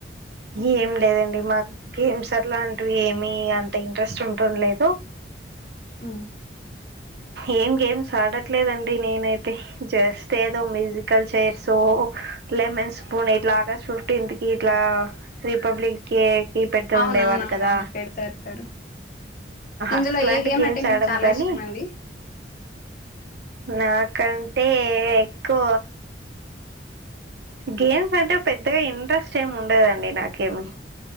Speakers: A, on the right (about 65°); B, on the left (about 45°).
A: ఏం లేదండి మాకు గేమ్స్ అట్లాంటివి ఏమి అంత ఇంట్రెస్ట్ ఉంటం లేదు
B: ఉమ్
A: ఏం గేమ్స్ ఆడట్లేదండి నేనైతే జస్ట్ ఏదో మ్యూజికల్ చైర్స్ ఓ లెమన్ స్పూన్ ఇట్ల ఆగస్ట్ ఫిఫ్టీన్త్ కి ఇట్లా రిపబ్లిక్ కే కి పెడుతూ
B: అవునవునవునండి
A: ఉండేవాళ్ళు కదా
B: పెడతారుతారు ఇందులో
A: అట్లాంటి
B: ఏ గేమ్
A: గేమ్స్
B: అంటే మీకు
A: ఆడం
B: చాలా
A: కానీ
B: ఇష్టం అండి
A: నాకంటే ఎక్కువ గేమ్స్ అంటే పెద్దగా ఇంట్రెస్ట్ ఏమి ఉండదండి నాకేమి